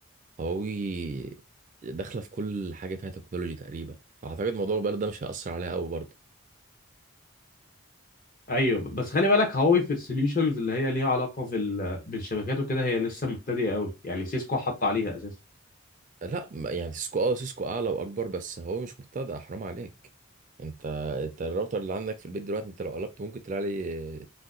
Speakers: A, on the right (about 35°); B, on the left (about 40°).
A: هواوي داخلة في كل حاجة فيها تكنولوجي تقريبا فأعتقد موضوع الموبايل ده مش هيأثر عليها أوي برضه
B: ايوه بس خلي بالك هواوي في السوليوشنز اللي هي ليها علاقه في ال... بالشبكات وكده هي لسه مبتدئه قوي يعني سيسكو حط عليها اساسا
A: لا ما- يعني سيسكو اه سيسكو أعلى وأكبر بس هواوي مش مبتدأ حرام عليك انت انت الراوتر اللي عندك في البيت دلوقتي انت لو قلبت ممكن تلاقي عليه